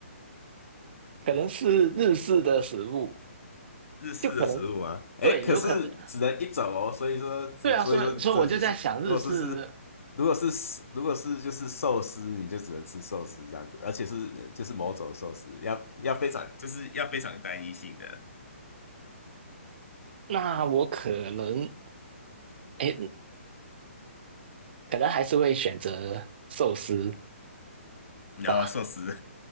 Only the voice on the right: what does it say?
可能是日式的食物，
就可能
对，
有可能，
对啊，所以所以我就在想日式，
那我可能，哎，可能还是会选择寿司
吧，